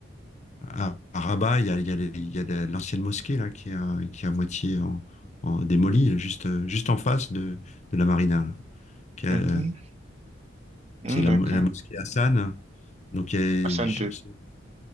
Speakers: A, on the left; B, on the right.
A: à, à Rabat, il y a, il y a les- il y a la- l'ancienne mosquée là, qui est à, qui est à moitié en, en démolie, juste, euh, juste en face de, de la marina. là. Qui est,
B: Mhm.
A: euh,
B: Mm,
A: C'est la,
B: D'accord.
A: mo- la mosquée Hassan. Donc, il y
B: Hassan
A: a- je-
B: 2.
A: c'est-